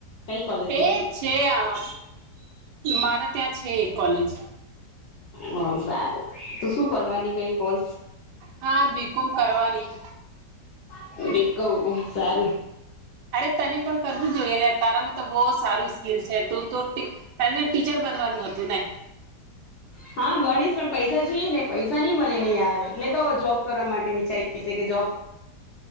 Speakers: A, on the left; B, on the right.
A: કઈ કોલેજમાં
B: એ છે આ મારાત ત્યાં છે એક કોલેજ
A: હ સારું તો શું કરવાની કઈ કોર્
B: હા બીકોમ કરવાની
A: <unintelligible> સારું
B: અરે તને પણ કરવું જોઈએને તારામાં તો બોહ સારું સ્કીલ છે તું તો તને ટીચર બનવાનું હતું ને
A: હા ભણીશ પણ પૈસા જોઈએ ને પૈસા નઈ મળે ને યાર એટલે તો જોબ કરવા માટે વિચારી છે કે જોબ